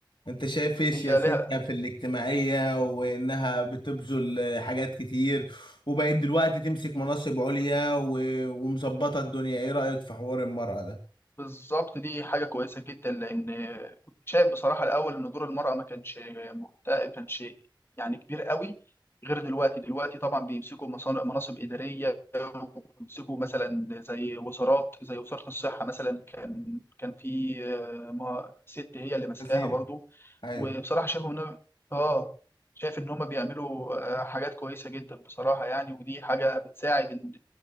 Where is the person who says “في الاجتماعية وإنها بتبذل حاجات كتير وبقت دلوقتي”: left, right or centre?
Left